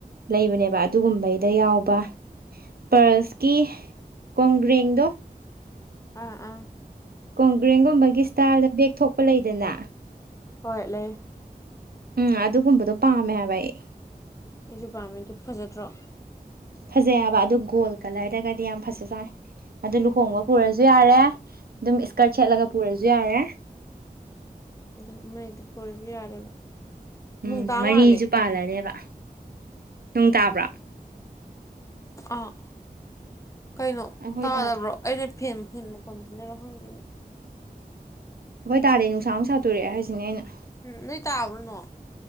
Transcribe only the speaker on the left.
ꯑꯥ ꯑꯥ
ꯍꯣꯏ ꯂꯩ
ꯑꯩꯖꯨ ꯄꯥꯝꯃ‌ꯦ ꯗꯨ ꯐꯖꯗ꯭ꯔꯣ
ꯑꯗꯨ ꯑꯃ ꯍ‌ꯦꯛꯇ ꯄꯨꯔꯖꯨ ꯌꯥꯔꯦꯕ
ꯅꯣꯡ ꯇꯥ
ꯃꯥꯜꯂꯦ
ꯑꯥ ꯀꯩꯅꯣ
ꯇꯥꯗꯕ꯭ꯔꯣ
ꯑꯩꯗꯤ ꯐꯦꯟ ꯐꯦꯟ ꯃꯈꯣꯟꯖꯤꯅꯔ ꯈꯪꯗ‌ꯦꯅ‌ꯦ
ꯎꯝ ꯅꯣꯏ ꯇꯥꯕ꯭ꯔꯣ ꯅꫭꯡ